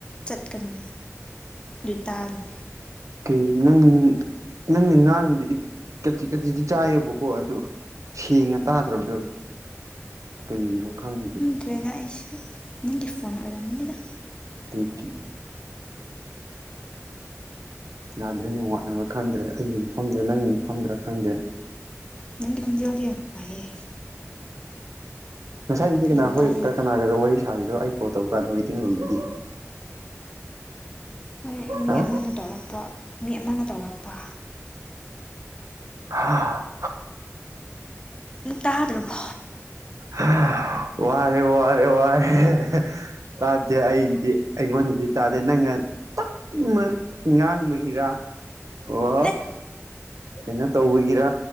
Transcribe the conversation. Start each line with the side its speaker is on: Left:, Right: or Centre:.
Left: ꯆꯠꯀꯅꯨ ꯑꯗꯨ ꯇꯥꯒꯅꯤ
Right: ꯀꯩ ꯅꯪ ꯅꯪꯗꯤ ꯉꯥꯡ ꯑꯗꯨꯗꯤ ꯀꯖꯤꯤ ꯀꯖꯤꯤꯗꯤ ꯆꯥꯏꯑꯕꯀꯣ ꯑꯗꯨꯗꯣ ꯁꯦꯡꯅ ꯇꯥꯗ꯭ꯔꯕꯗꯨ ꯀꯩꯔꯣ ꯈꯪꯈꯤꯒꯦ
Left: ꯇ꯭ꯔꯦꯒꯥꯛ ꯑꯁꯨ ꯅꯪꯒꯤ ꯐꯣꯟ ꯑꯣꯏꯔꯝꯃꯤ ꯂꯩꯗ
Right: ꯑꯗꯨꯗꯒꯤ ꯌꯥꯗ꯭ꯔꯅꯤ ꯋꯥꯠꯅꯕ ꯈꯪꯗ꯭ꯔꯦ ꯑꯩꯒꯤ ꯃꯐꯝꯗꯔ ꯅꯪꯒꯤ ꯃꯐꯝꯗꯔꯥ ꯈꯪꯗꯦ
Left: ꯅꯪꯒꯤ ꯈꯣꯟꯖꯦꯜꯗꯤ ꯌꯥꯝ ꯌꯥꯥꯏꯑꯌꯦ
Right: ꯉꯁꯥꯏꯁꯤꯗꯤ ꯀꯅꯥ
Left: ꯌꯥꯝ
Right: ꯍꯣꯏ
Left: ꯇꯥꯏꯌꯦ
Right: ꯀꯅꯥꯒꯔꯣ ꯋꯥꯔꯤ ꯁꯥꯔꯤꯔꯣ ꯑꯩ ꯀꯣꯜ ꯇꯧꯕ ꯀꯥꯟꯗ ꯋꯦꯇꯤꯡ ꯂꯩꯗꯨꯗꯤ
Left: ꯍꯣꯏ ꯃꯤ
Right: ꯍꯥ
Left: ꯑꯃꯅ ꯇꯧꯔꯛꯄ ꯃꯤ ꯑꯃꯅ ꯇꯧꯔꯛꯄ
Right: ꯍꯥ
Left: ꯅ ꯇꯥꯗ꯭ꯔꯕꯣ
Right: ꯍꯥ ꯋꯥꯔꯦ ꯋꯥꯔꯦ ꯋꯥꯔꯦ ꯇꯥꯗꯦ ꯑꯩꯗꯤ ꯑꯩꯉꯣꯟꯗꯗꯤ ꯇꯥꯗꯦ ꯅꯪꯅꯃꯛ ꯉꯥꯡꯕꯒꯤꯔ ꯑꯣ
Left: ꯍꯦꯛ
Right: ꯀꯩꯅꯣ ꯇꯧꯕꯒꯤꯔ